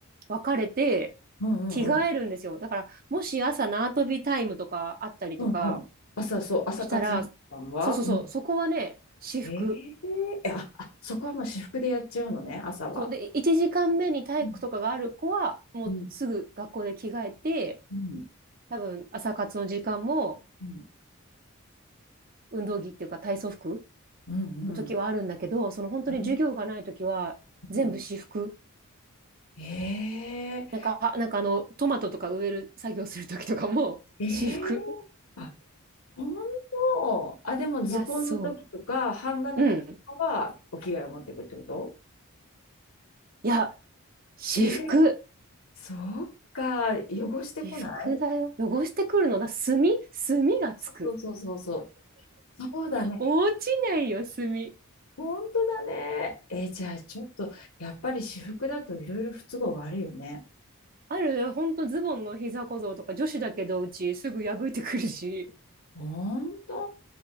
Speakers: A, on the right; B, on the left.
A: 分かれて、
B: うんうんうん。
A: 着替えるんですよ。だから、もし朝縄跳びタイムとかあったりとか
B: うんうん。朝、そう、朝活動は、
A: したら、そうそうそう、
B: うん、
A: そこはね、私服。
B: えええあ、あ、そこはもう私服でやっちゃうのね、朝は。
A: そうで、1時間目に体育とかがある子は、
B: うん
A: もうすぐ学校で着替えて、
B: うんうん
A: 多分朝活の時間も
B: うん
A: 運動着っていうか体操服
B: うんうん
A: の時はあるんだけど、その本当に授業がない時は全部私服。
B: うんうん。ええ
A: なんか、あなんかあの、トマトとか植える作業するときとかも、<laughs>
B: ええ
A: 私服。
B: あ、本当あ、でも図工の時とか、
A: いや、そ
B: 版画の時とかはお着替えを持ってくってこと
A: う。うん。いや、私服。
B: えー、そっか、汚してこない
A: 私服だよ。汚してくるのな、墨墨がつく。
B: そうそうそうそうそう。そうだね。
A: 落ちないよ、墨。
B: 本当だね。えーじゃあちょっと、やっぱり私服だといろいろ不都合はあるよね。
A: あるよ、ほんとズボンの膝小僧とか女子だけどうちすぐ破いてくるし。
B: 本当。